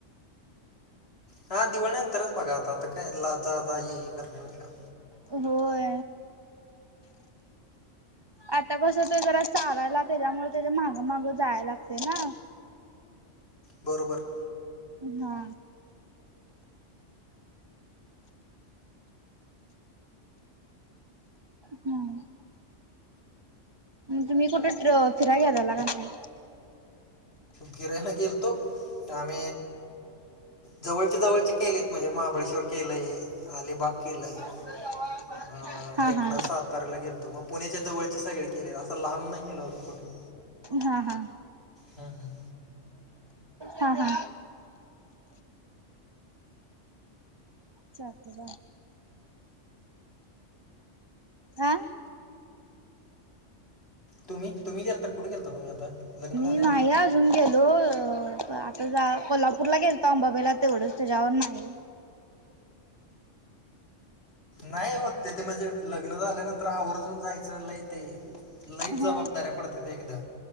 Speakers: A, on the left; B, on the right.
A: हा दिवाळीनंतरच बघा आता आता काय ला जा जा ये करण्यापेक्षा
B: होय. आता कसं ते जरा चालायला त्याच्यामुळे त्याच्या माहागं मागं जायला लागते ना.
A: बरोबर.
B: हा. हम्. तुम्ही कुठे फिराय घ्याय लाग नाही.
A: फिरय गेलतो आम्. जवळचे जवळचे केलेत म्हणजे महाबळेश्वर केलंय अलिबाग केलंय.
B: <unintelligible>
A: अ
B: हा
A: हेकडं
B: हा
A: सातारऱयला गेलतो मग पुण्याच्या जवळचे सगळे केले असं लांब नाही गेल अजून कुठे?
B: हा हा.
A: हा हा.
B: हा हा. जा जा. हा.
A: तुमही तु्ही गेता कुठे गेलता तु्ही आता लग्न झाल्यानंतर
B: माया. अजून गेलो अ आता जा कोल्हापूरला गेलता अंबाबाईला तेवढंच त्याच्यावर नाही
A: नाही होत ते ते म्हणजे लग्न झाल्यानंतर आवर्जून जायचं लय ते लईच
B: ह
A: जबाबदाऱ्या पडत्या ते एकदा.